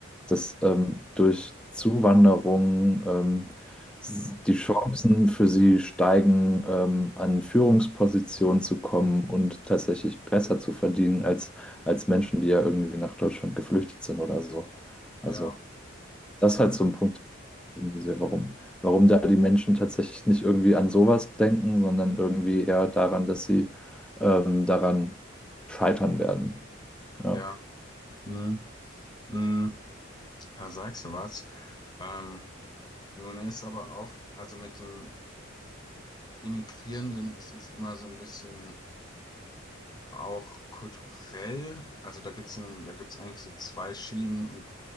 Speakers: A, in the centre; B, on the left (about 20°).
A: dass ähm, durch Zuwanderung ähm, s-
B: Mhm.
A: die Chancen für Sie steigen, ähm, an Führungspositionen zu kommen und tatsächlich besser zu verdienen als, als Menschen, die ja irgendwie nach Deutschland geflüchtet sind oder so. Also
B: Ja.
A: das
B: Äh,
A: ist halt so ein Punkt, irgendwie sehr, warum, warum da die Menschen tatsächlich nicht irgendwie an sowas denken, sondern irgendwie eher daran, dass sie ähm, daran scheitern werden. Ja,
B: ja. Mhm. Mhm. Da sagst du was. Ähm, nun ist aber auch, also mit den Immigrierenden ist es immer so ein bisschen auch kulturell. Also da gibt's ein, da gibt's eigentlich so zwei Schienen und